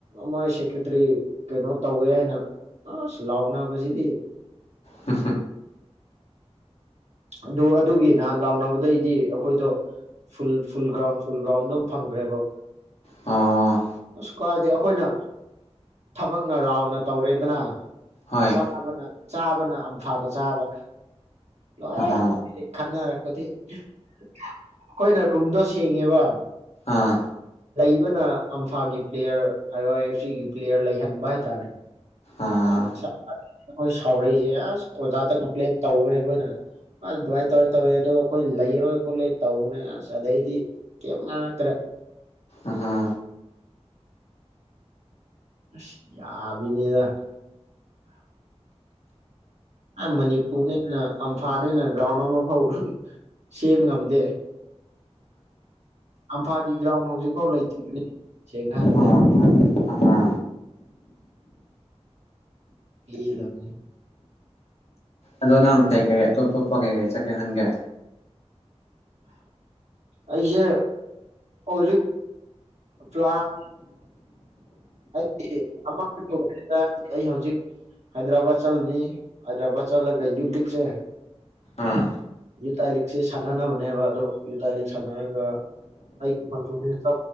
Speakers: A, on the right; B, on the left.
A: ꯃꯣꯏ ꯁꯦꯀꯦꯇꯔꯤ ꯀꯩꯅꯣ ꯇꯧꯋꯦ ꯍꯥꯏꯅ ꯑꯁ ꯂꯥꯎꯅꯕꯁꯤꯗꯤ
B: ꯍ
A: ꯑꯗꯨ ꯑꯗꯨꯒꯤ ꯅꯍꯥꯟ ꯂꯥꯎꯅꯕꯗꯩꯗꯤ ꯑꯩꯈꯣꯏꯗꯣ ꯐꯨꯜ ꯐꯨꯜ ꯒ꯭ꯔꯥꯎꯟ ꯐꯨꯜ ꯒ꯭ꯔꯥꯎꯟꯗꯣ ꯐꯪꯈ꯭ꯔꯦꯕ
B: ꯑ
A: ꯑꯁ ꯀꯥꯏꯗꯦ ꯑꯩꯈꯣꯏꯅ ꯊꯕꯛꯅ ꯔꯥꯎꯅ ꯇꯧꯔꯦꯗꯅ
B: ꯍꯣꯏ
A: ꯆꯥꯕꯅ ꯆꯥꯕꯅ ꯑꯝꯐꯥꯅ ꯆꯥꯕ ꯂꯣꯏꯔꯦ
B: ꯑꯍ
A: ꯈꯟꯅꯔꯛ ꯄꯗꯩ ꯑꯩꯈꯣꯏꯅ ꯔꯨꯝꯗꯣ ꯁꯦꯡꯉꯦꯕ
B: ꯑꯥ
A: ꯂꯩꯕꯅ ꯑꯝꯐꯥꯒꯤ ꯄ꯭ꯂꯦꯌꯔ ꯑꯥꯏ ꯋꯥꯏ ꯑꯦꯐ ꯁꯤꯒꯤ ꯄ꯭ꯂꯦꯌꯔ ꯂꯩꯍꯟꯕ ꯍꯥꯏꯇꯥꯔꯦ
B: ꯑꯥ
A: ꯑꯁ ꯑꯩꯈꯣꯏ ꯁꯥꯎꯔꯛ ꯏꯁꯦ ꯑꯁ ꯑꯣꯖꯥꯗ ꯀꯝꯄ꯭ꯂꯦꯟ ꯇꯧꯕꯅꯦ ꯑꯩꯈꯣꯏꯅ ꯑꯁ ꯑꯗꯨꯃꯥꯏꯅ ꯇꯧꯥꯏꯅ ꯇꯧꯋꯦ ꯑꯗꯣ ꯑꯩꯈꯣꯏ ꯂꯩꯔꯣꯏ ꯈꯣꯠꯂꯣꯏ ꯇꯧꯕꯅꯦ ꯑꯁ ꯑꯗꯩꯗꯤ ꯀꯩ ꯉꯥꯡ ꯉꯛꯇꯅ
B: ꯑꯍ
A: ꯑꯁ ꯌꯥꯕꯤꯅꯦꯗ ꯑ ꯃꯅꯤꯄꯨꯔꯅꯦꯅ ꯑꯝꯐꯥꯅꯦꯅ ꯒ꯭ꯔꯥꯎꯟ ꯑꯃ ꯐꯥꯎ ꯁꯦꯝ ꯉꯝꯗꯦ ꯑꯝꯐꯥꯒꯤ ꯒ꯭ꯔꯥꯎꯟ ꯍꯧꯖꯤꯛꯐꯥꯎ ꯂꯩꯇ꯭ꯔꯤꯕꯅꯤ ꯁꯦꯡꯅ ꯍꯥꯏꯕꯗ
B: ꯑꯣ ꯑꯍ
A: ꯄꯦꯜꯂꯕꯅꯤ
B: ꯑꯗꯣ ꯅꯪ ꯀꯩꯀꯩ ꯑꯇꯣꯞ ꯑꯇꯣꯞꯄ ꯀꯩꯀꯩ ꯆꯠꯀꯦ ꯈꯟꯒꯦ
A: ꯑꯩꯁꯦ ꯍꯧꯖꯤꯛ ꯄ꯭ꯂꯥꯟ ꯑꯩꯗꯤ ꯑꯃꯁꯤꯗ ꯑꯩ ꯍꯧꯖꯤꯛ ꯍꯥꯏꯗ꯭ꯔꯕꯥꯠ ꯆꯠꯂꯅꯤ ꯍꯥꯏꯗ꯭ꯔꯕꯥꯠ ꯆꯠꯂꯒ ꯌꯨꯠ ꯂꯤꯛꯁꯦ
B: ꯑꯥ
A: ꯌꯨꯠ ꯇꯥꯏ ꯂꯤꯛꯁꯦ ꯁꯥꯟꯅꯅꯕꯅꯦꯕ ꯑꯗꯣ ꯌꯨꯠ ꯇꯥꯏ ꯂꯤꯛ ꯁꯥꯟꯅꯔꯒ ꯑꯩꯒꯤ ꯄꯔꯐꯣꯔꯃꯦꯟꯁ